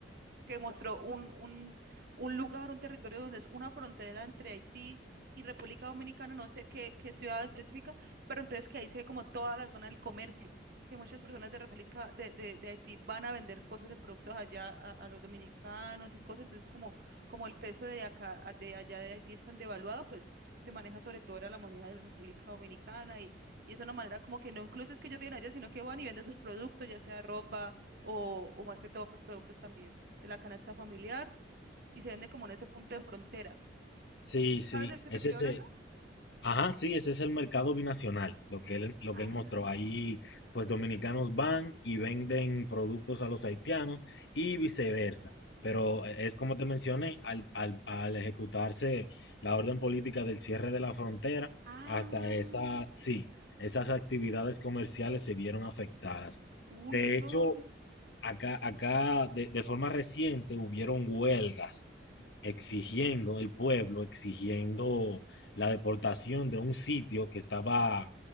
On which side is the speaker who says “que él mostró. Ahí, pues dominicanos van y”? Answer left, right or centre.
Left